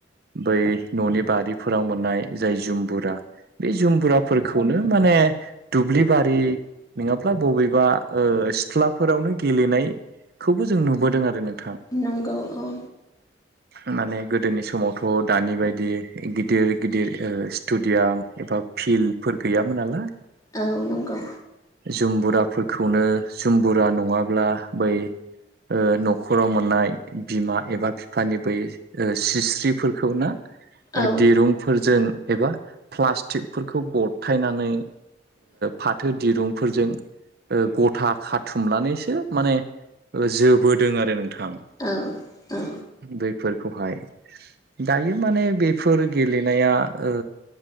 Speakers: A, on the right; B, on the left.
A: बै न'नि बारिफोराव मोननाय जाय जुमबुरा बे जुमबुराफोरखौनो माने दुब्लि बारि नङाब्ला बबेबा ओ सिथ्लाफोरावनो गेलेनाय। खौबो जों नुबोदों आरो नों
B: नंगौ औ
A: खानानै गोदोनि समावथ' दानि बाय दि गिदिर गिदिर स्टेडियाम एबा फिल्डफोर गैयाब्लालाय
B: औ नंगौ।
A: जों बुराफोरखौनो जों बुरा नङाब्ला बै न'खराव मोननाय बिमा एबा बिफानि बै सिस्रिफोरखौना
B: औ
A: दिरुंफोरजों एबा फ्लास्टिकफोरखौ गथायनानै फाथो दिरुंफोरजों गथा खाथुमनानैसो माने जोबोदों आरो नोंथां।
B: औ औ
A: बैफोरखौहाय दायो माने बेफोर गेलेनाया ओ